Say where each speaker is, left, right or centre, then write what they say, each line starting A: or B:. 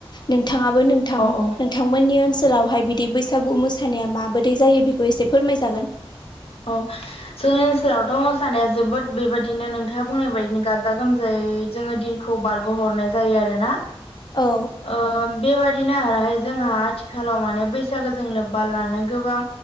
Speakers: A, on the left; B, on the left.
A: नों आरो नोंथां
B: औ औ
A: नोंथांमोननि ओनस सोलावहाय बिदि बैसागु मोसानाया माबोरै जायो बेखौ एसे फोरमायजागोन
B: औ जोंनि ओनसोलावथ' मोसानाया जोबोद बेबायदिनो नोंथाङा बुंनाय बायदिनो गाजा गोमजायै जोङो दिनखौ बारग'हरनाय जायो आरोना
A: औ
B: ओ बेबायदि बिदिनो आरोहाय जोंहा आथिखालाव माने बैसागोजों लोब्बा लानो गोबां